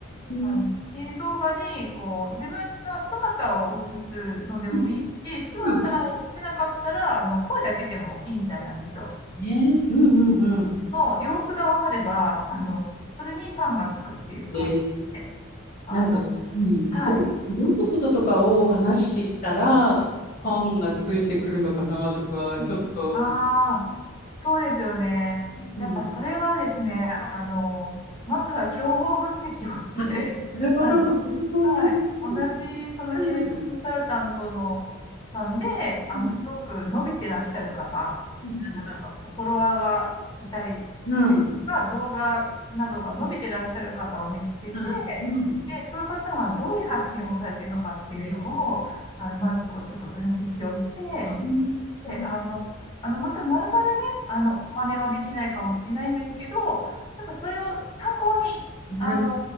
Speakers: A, on the left; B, on the left.
A: うん
B: あの、リール動画に、こう、自分の姿を映すのでもいいし、
A: うん
B: 姿を映せなかったら、あの、声だけでもいいみたいなんですよ。
A: ね、うんうん
B: の様子がわかれば、あの、
A: うん。
B: それにファンがつくっていう感じで、
A: で、
B: あの、
A: なんか、うん、
B: はい。
A: ど、どんなこととかを話したら、
B: そう。
A: ファンがついてくるのかなとか、
B: うんああ、
A: ちょっと、
B: そうですよね。
A: うん、
B: やっぱそれはですね、あの、まずは競合分析をして、
A: あ、なるほど、
B: <laughs> あの、
A: なるほど、
B: はい、
A: うん、
B: 同じそのキャリアコンサルタントのさんで、
A: うん、う
B: あの、
A: ん、
B: すごく伸びてらっしゃる方、
A: うんはいはい
B: まずはフォロワーがいたりですとか、
A: うん。
B: 動画などが伸びてらっしゃる方を見つけて、
A: はい。うん。
B: で、そういう方がどういう発信をされているのかっていうのを、
A: ええ、
B: あの、まずこう、ちょっと分析をして、
A: ああ、
B: あのあのもちろんまるまるねあの真似はできないかもしれないんですけど、やっぱそれを参考にあの
A: なるほど。